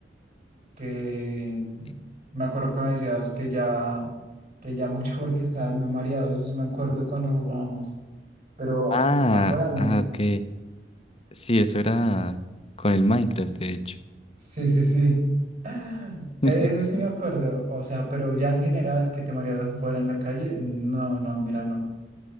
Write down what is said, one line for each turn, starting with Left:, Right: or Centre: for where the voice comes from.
Right: que
Left: ¿sí?
Right: me acuerdo que me decías que ya, que ya mucho porque estabas muy mareado. Eso sí me acuerdo cuando jugábamos. Pero
Left: Ah,
Right: afuera no.
Left: ah, ok. Sí, eso era con el Minecraft, de hecho.
Right: Sí, sí, sí. <gasps> Ah, E-
Left: <laughs>
Right: Eso sí me acuerdo. O sea, pero ya en general, que te marearas afuera en la calle, no, no, mira, no.